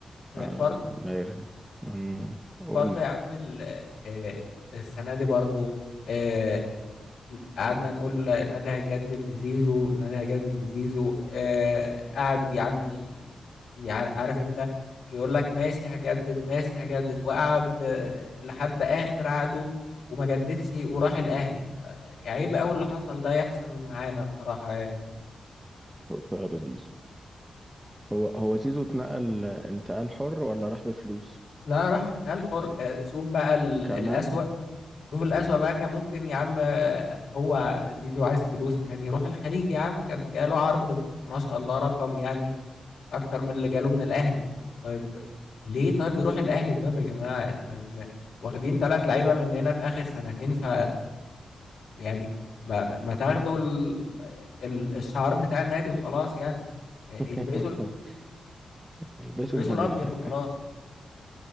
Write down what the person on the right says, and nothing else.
آه ميرن مم، قول
لي
طاهر الزيزو هو هو زيزو اتنقل انتقال حر ولا راح بفلوس
كمان
<laughs>
البسوا
الفانيلا